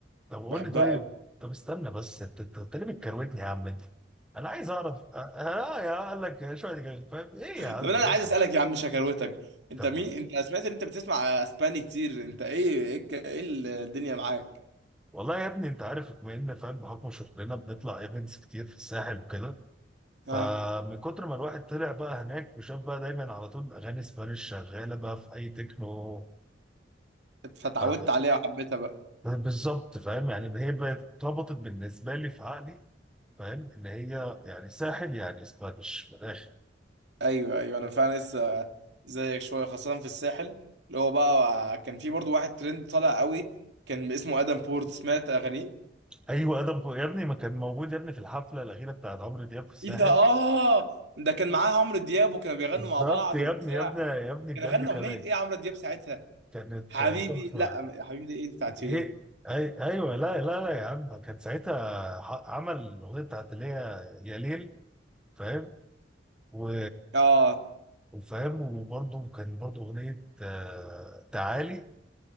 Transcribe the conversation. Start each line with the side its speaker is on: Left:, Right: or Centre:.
Centre: طب قول
Right: بحبها
Centre: لي طيب
Right: قوي
Centre: طب استنى بس انت انت أنت ليه بتكروتني يا عم انت انا عايز اعرف أ- لا يا قال لك شويه جاي فاهم ايه
Right: طب
Centre: يا عم
Right: انا
Centre: لا
Right: عايز
Centre: يا
Right: اسالك
Centre: عم.
Right: يا عم شكاوتك انت
Centre: طب
Right: مين
Centre: ولا.
Right: انت سمعت ان انت بتسمع اسباني كتير انت ايه ايه الك- إيه الدنيا معاك
Centre: والله يا ابني انت عارف بما ان فاهم بحكم شغلنا بنطلع ايفنتس كتير في الساحل وكده فمن
Right: ها
Centre: كتر ما الواحد طلع بقى هناك وشاف بقى دايما على طول اغاني سبانيش شغاله بقى في اي تكنو
Right: فتعودت
Centre: فب-
Right: عليها وحبيتها بقى
Centre: بالظبط فاهم يعني ده هي بقت اتربطت بالنسبه لي في عقلي فاهم ان هي يعني ساحل يعني سبانيش من الاخر
Right: ايوه ايوه انا فعلا لسه زيك شويه خاصه في الساحل اللي هو بقى كان في برضو واحد ترند طالع قوي كان اسمه ادم بورت سمعت اغانيه
Centre: ايوه ادم يا ابني ما كان موجود يا ابني في الحفله الاخيره بتاعت عمرو دياب في الساحل
Right: ايه ده اه ده كان معاه عمرو دياب وكانوا بيغنوا
Centre: بالظبط
Right: مع بعض
Centre: يا
Right: وبتاع
Centre: ابني يا ابني يا ابني بجد
Right: كان غنى
Centre: كان
Right: اغنيه ايه عمرو دياب ساعتها
Centre: كانت
Right: حبيبي
Centre: تحفه
Right: لا حبيبي دي ايه بتاعت شيرين
Centre: ايه أي... ايوه لا لا لا يا عم كان ساعتها ح... عمل الاغنيه بتاعت اللي هي يا ليل فاهم و
Right: اه
Centre: وفاهم وبرضه كان برضه اغنيه آه، تعالي